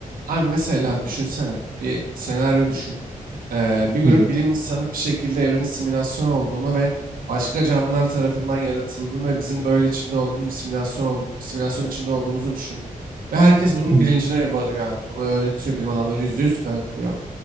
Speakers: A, on the right; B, on the right.
A: Abi mesela düşünsene bir senaryo düşün. Ee, bir grup
B: Hı hı,
A: bilim insanı bir şekilde evrenin simülasyon olduğunu ve başka canlılar tarafından yaratıldığını ve bizim böyle içinde olduğumuz bir simülasyon ol- simülasyon içinde olduğumuzu düşün. Ve herkes bunun
B: hı
A: bilincine varıyor abi. Bunu öğretiyor bilim adamları yüzde yüz kanıtlıyor.